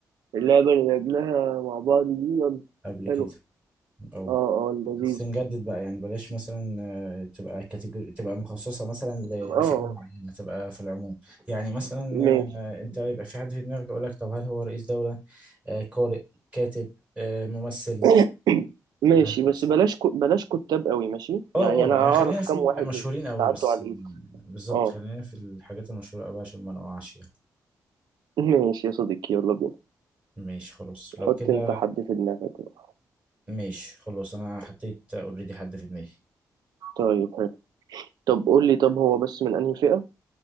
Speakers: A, on the right; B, on the right.
A: اللعبة اللي لعبناها مع بعض دي يلا
B: قبل
A: حلوة
B: كده او
A: اه اه لذيذة
B: بس نجدد بقى يعني بلاش مثلا آه، تبقى كاتيجوري تبقى مخصصة مثلا ل- لفئة
A: اه
B: معينة تبقى في العموم يعني مثلا
A: ماشي
B: آه، انت يبقى في حد في دماغك يقول لك طب هل هو رئيس دولة آه، قارئ كاتب آه، ممثل
A: <coughs> ماشي
B: وهكذا
A: بس بلاش كو... بلاش كتاب قوي ماشي
B: اه
A: يعني انا
B: اه
A: هعرف
B: يعني خلينا في
A: كام
B: المشهورين
A: واحد
B: قوي
A: يتعدوا
B: بس
A: على
B: مم،
A: الايد
B: بالظبط
A: اه
B: خلينا في الحاجات المشهورة قوي عشان ما نقعش يعني
A: <laughs> ماشي يا صديقي يلا بينا
B: ماشي خلاص لو
A: حط
B: كده
A: انت حد في دماغك بقى.
B: ماشي خلاص انا حطيت اوريدي حد في دماغي
A: طيب حلو طب قول لي طب هو بس من انهي فئة